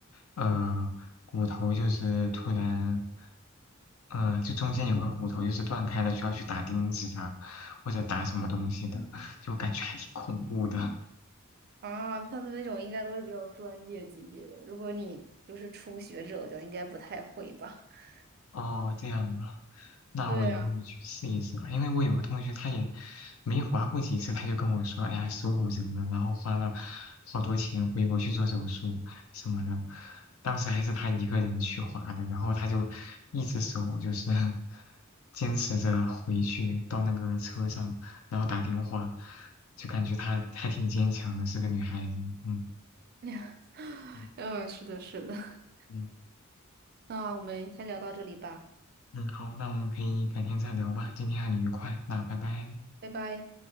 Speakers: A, on the left; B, on the right.
A: 呃，骨头就是突然，嗯、就中间有个骨头就是断开了，需要去打钉子啊，或者打什么东西的，就感觉还挺恐怖的。
B: 啊，他们那种应该都是比较专业级别的，如果你就是初学者，我觉得应该不太会吧。<laughs>
A: 哦，这样啊，那我以后去试一试吧。
B: 对呀，
A: 因为我有个同学，他也没划过几次，他就跟我说：“哎呀，手骨折了，然后花了好多钱回国去做手术什么的。”当时还是他一个人去划的，然后他就一只手就是 <laughs> 坚持着回去到那个车上，然后打电话，就感觉她还挺坚强的，是个女孩子。嗯
B: <laughs>
A: 嗯
B: 嗯，是的，是的。<laughs>
A: 嗯
B: 那我们先聊到这里吧，
A: 嗯，好，那我们可以改天再聊吧。今天很愉快，那拜拜。
B: 拜拜。